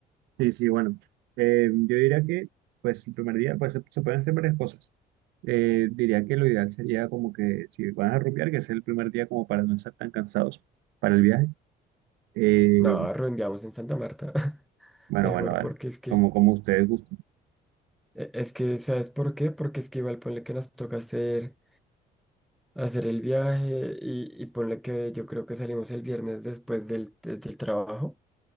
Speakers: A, on the right; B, in the centre.
A: sí, sí, bueno. Eh, yo diría que, pues, el primer día, pues, se, se pueden hacer varias cosas. Eh, diría que lo ideal sería como que, si van a rupiar, que sea el primer día como para no estar tan cansados para el viaje. Eh,
B: No, reenviamos en Santa Marta. <laughs>
A: bueno,
B: Mejor
A: bueno, vale.
B: porque es que,
A: Como, como ustedes gusten.
B: e- es que, ¿sabes por qué? Porque es que igual ponle que nos toca hacer, hacer el viaje y, y ponle que yo creo que salimos el viernes después del, de- del trabajo,